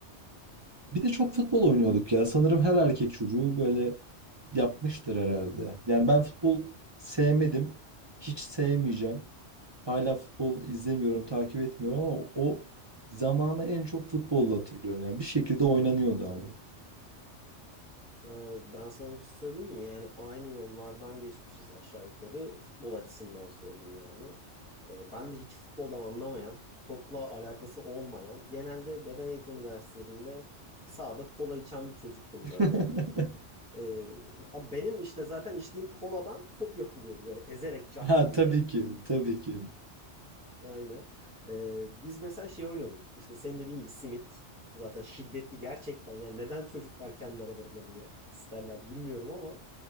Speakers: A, on the right; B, in the centre.
A: Bir de çok futbol oynuyorduk ya. Sanırım her erkek çocuğu böyle yapmıştır herhalde. Yani ben futbol sevmedim. Hiç sevmeyeceğim. Hala futbol izlemiyorum, takip etmiyorum ama o zamanı en çok futbolla hatırlıyorum. Yani bir şekilde oynanıyordu abi.
B: Ee, Ben sana bir şey söyleyeyim mi? Yani aynı yollardan geçmişiz aşağı yukarı. Futbol açısından söyleyeyim yani. Ee, Ben de hiç futboldan anlamayan, topla alakası olmayan, genelde beden eğitimi derslerinde sahada kola içen bir çocuktum
A: <laughs>
B: böyle. Ee, Benim işte zaten içtiğim koladan top yapılıyordu böyle ezerek cart
A: Ha
B: diye.
A: tabii ki, tabii ki.
B: Aynen. Ee, biz mesela şey oynuyorduk. İşte senin dediğin gibi simit. Zaten şiddetli gerçekten. Yani neden çocuklar kendi aralarında bunu yapmak isterler bilmiyorum ama.